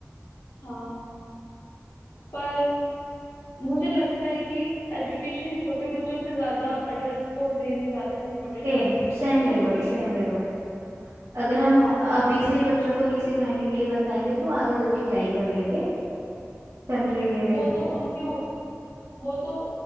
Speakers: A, on the left; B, on the right.
A: हाँ पर मुझे लगता है कि एजुकेशन छोटे बच्चों से ज्यादा अडल्ट्स को देनी ज्यादा इम्पोर्टेंट
B: Same
A: है
B: same
A: क्योंकि
B: level same level अगर हम
A: हाँ
B: अभी से बच्चों को नहीं सिखाएंगे नहीं बताएंगे तो आगे जाके क्या ही कर लेंगे कंट्री के लिए
A: वो तो उनके वो तो